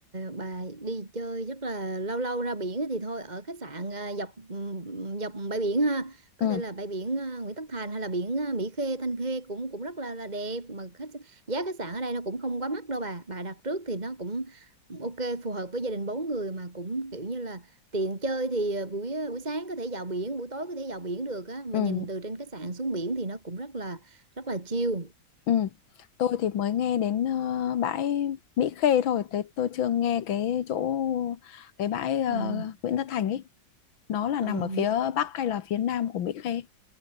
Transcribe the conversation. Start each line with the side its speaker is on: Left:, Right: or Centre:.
Right: bà đi chơi rất là lâu lâu ra biển thì thôi ở khách sạn à, dọc ừm, dọc bãi biển ha có
Left: ừ
Right: thể là bãi biển à, Nguyễn Tất Thành hay là biển à, Mỹ Khê Thanh Khê cũng cũng rất là là đẹp mà khách giá khách sạn ở đây nó cũng không quá mắc đâu bà bà đặt trước thì nó cũng ok phù hợp với gia đình bốn người mà cũng kiểu như là tiện chơi thì à, buổi ờ, buổi sáng có thể vào biển buổi tối có thể vào biển được á mà
Left: ừ
Right: nhìn từ trên khách sạn xuống biển thì nó cũng rất là rất là chill
Left: ừ Tôi thì mới nghe đến ờ, bãi Mỹ Khê thôi Thế tôi chưa nghe cái chỗ Cái bãi ờ,
Right: ừ.
Left: Nguyễn Tất Thành ấy nó là
Right: Ờ,
Left: nằm ở phía
Right: Mỹ
Left: bắc hay là phía nam của Mỹ Khê